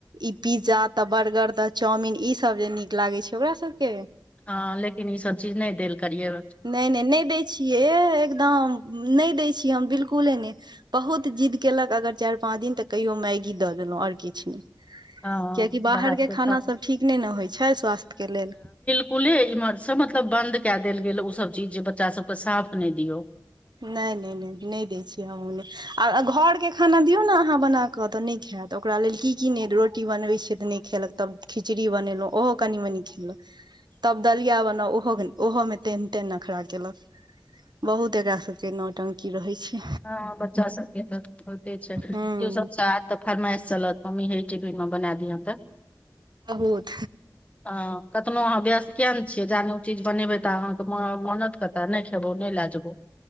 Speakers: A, on the right; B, on the left.
A: ई पिज्जा तऽ बर्गर तऽ चाउमिन ई सब जे नीक लागै छै ओकरा सबके
B: हँ लेकिन ई सब चीज नहि देल करियौ
A: नहि नहि नहि दैत छियै एकदम नहि दैत छियै हम बिल्कुले नहि बहुत जिद्द केलक अगर चारि पाँच दिन तऽ कहियो मैगी दऽ देलहुँ और किछ नहि
B: हँ
A: कियाकि बाहरके
B: बाहर के
A: खाना सभ ठीक नहि ने होइ छै स्वास्थ्य के लेल
B: स्कूलमे इम्हर सँ मतलब बन्द कऽ देल गेल, ओ सभ चीज जे बच्चा सभके साफ नहि दियौ।
A: नहि नहि नहि नहि दै छियै हमहुं नै आ घरक खाना दियौ ने अहाँ बनाकऽ तऽ नहि खायत ओकरा लेल की-की रोटी बनबैत छियै? तऽ न खेलक, तब खिचड़ी बनेलहुँ ओहो कनि-मनी खेलक। तब दलिया बनाउ ओहो ओहोमे तेन तेन नखरा केलक बहुत एकरा सभ के नौटं की रहै छै
B: हँ हैं बच्चा सभके तऽ होइते छै, ट्यूशन
A: हूँ
B: स एत तऽ फरमाइश चलत मम्मी हे ई टीपीन मे बना दिय तऽ
A: बहुत
B: हं कतनो अहाँ व्यस्त कियाने छियै जाने ओ चीज बनेबै तऽ आहाँके मानत केतै नहि खेबौ नहि लए जेबौ